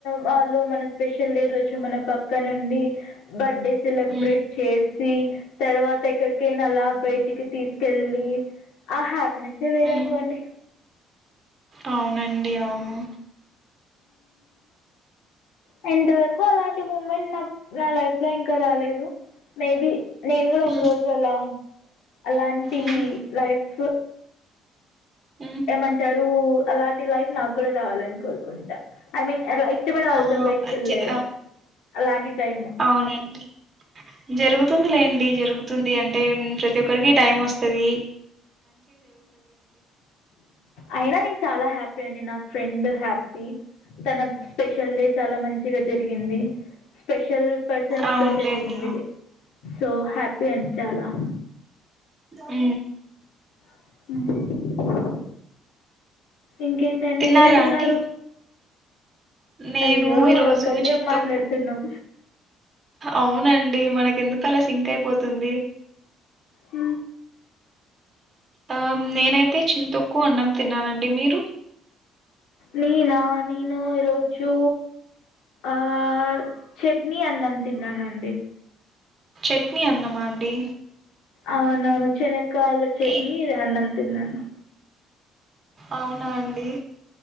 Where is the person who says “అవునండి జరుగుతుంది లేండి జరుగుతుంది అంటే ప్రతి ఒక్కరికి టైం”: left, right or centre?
Right